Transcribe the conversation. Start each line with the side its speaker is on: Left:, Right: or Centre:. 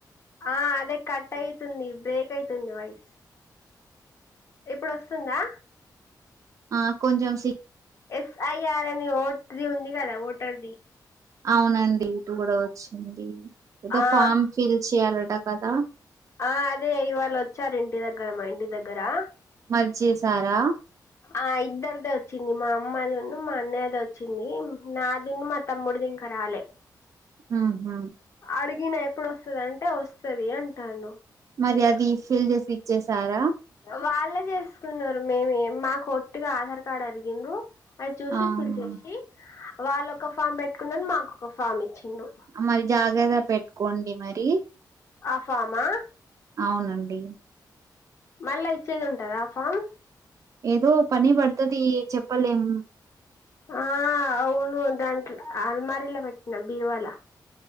Left: ఆ అదే కట్ అయితుంది బ్రేక్ అయితుంది వయిస్ ఇప్పుడు వస్తుందా
Right: ఆ కొంచెం సి
Left: ఎస్ఐఆర్ అని వోట్ ఉంది కదా వోటర్ ది
Right: అవునండి ఇటు కూడా వచ్చింది ఏదో
Left: ఆ
Right: ఫామ్ ఫిల్ చెయ్యాలట కదా
Left: ఆ అదే ఇవాళ వచ్చారు ఇంటి దగ్గర మా ఇంటి దగ్గరా
Right: మరి చేసారా
Left: ఆ ఇద్దరిదే వచ్చింది మా అమ్మదిన్ను మా అన్నయ్యదే వచ్చింది నా దున్ను మా తమ్ముడుదింకా రాలే
Right: హహ
Left: అడిగినా ఎప్పుడుస్తుందింటే వస్తది అంటాన్లు
Right: మరి అది ఫిల్ చేసి ఇచ్చేసారా
Left: వాళ్ళే చేసుకున్నారు మేమే మాకు వట్టిగా ఆధార్ కార్డు అడిగిండ్లు అది చూసి
Right: ఆహా
Left: ఫిల్ చేసి వాళ్ళొక ఫామ్ పెట్టుకున్నారు మాకు ఒక ఫామ్ ఇచ్చిండు
Right: మరి జాగ్రత్త పెట్టుకోండి మరి
Left: ఆ ఫామా
Right: అవునండి
Left: మళ్ళా ఇచ్చేది ఉంటదా ఫామ్
Right: ఏదో పని పడుతది చెప్పలేం
Left: ఆ అవును దాంట్లో అలమారలా పెట్టిన బీర్వాల